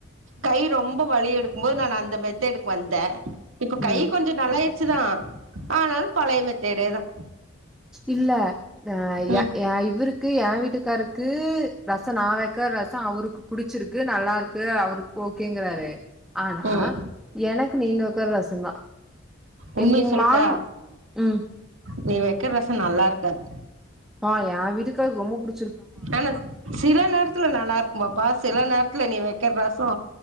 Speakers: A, on the right (about 80°); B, in the centre.
A: கை ரொம்ப வழி எடுக்கும் போது நானு அந்த மெத்தடுக்கு வந்தே இப்ப
B: ம்
A: கை கொஞ்ச நல்லாயிருச்சுதா ஆனாலு பழைய மெத்தடேதா
B: இல்ல ஆ
A: ம்
B: எ எ இவருக்கு எ வீட்டுக்காருக்கு ரச நா வ க்க ரச அவருக்கு புடிச்சிருக்கு நல்லா இருக்கு அவருக்கு ஓகேங்றாரு ஆனா
A: ம்
B: எனக்கு நீங்க வெக்குற ரசந்தா
A: உண்மைய
B: எனக்கு எங்க
A: சொல்ட்டா
B: மாம் ம்
A: நீ வெக்கிற ரச நல்லா இருக்காது
B: ஆஹ் என் வீட்டுக்கார் ரொம்ப புடிச்
A: ஆனா சில நேரத்துல நல்லா இருக்குமாப்பா சில நேரத்துல நீ வெக்கற ரசோ